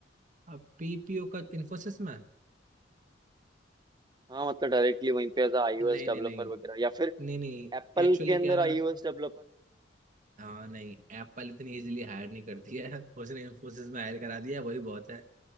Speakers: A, on the right; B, on the right.
A: अब पीपीओ का इन्फोसिस में
B: हाँ मतलब डायरेक्टली वहीं पे एज आईओएस
A: नहीं
B: डेवलपर
A: नहीं नहीं
B: वगैरह या फिर
A: नहीं नहीं
B: एप्पल
A: एक्चुअली
B: के अंदर
A: कह रहा
B: आईओएस डेवलपर
A: हाँ <laughs> नहीं एप्पल इतनी इजीली हायर नहीं करती है उसने इन्फोसिस में हायर करा दिया वही बहुत है